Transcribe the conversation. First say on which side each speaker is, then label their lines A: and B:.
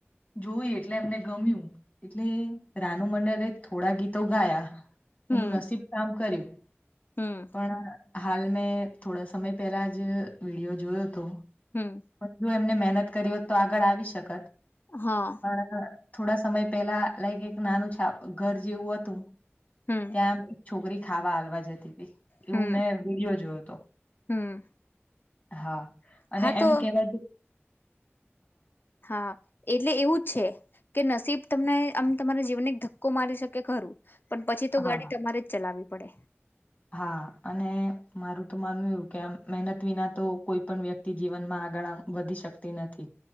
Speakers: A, on the left; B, on the left.
A: જોય એટલે એમને ગમ્યું એટલે રાનુ મંડલે થોડા ગીતો ગાયા.
B: હમ
A: એનું નસીબ કામ કર્યું
B: હમ
A: પણ હાલ મેં થોડા સમય પહેલા જ વિડિયો જોયો હતો
B: હમ
A: પણ જો એમને મહેનત કરી હોત તો આગળ આવી શકત
B: હા
A: પણ થોડા સમય પેલા લાઈક એક નાનું છાપ ઘર જેવું હતું
B: હમ
A: ત્યામ છોકરી ખાવા હાલવા જતી હતી એવું
B: હમ
A: મેં વિડીયો જોયો હતો
B: હમ
A: હા અને
B: હા તો
A: એમ કેવાય
B: હા એટલે એવું જ છે કે નસીબ તમને આમ તમારા જીવન એક ધક્કો મારી શકે ખરું પણ પછી તો
A: હા
B: ગાડી તમારે જ ચલાવી પડે
A: હા અને મારું તો માનવું એવુ કે આમ મહેનત વિના તો કોઈ પણ વ્યક્તિ જીવનમાં આગળ વધી શકતી નથી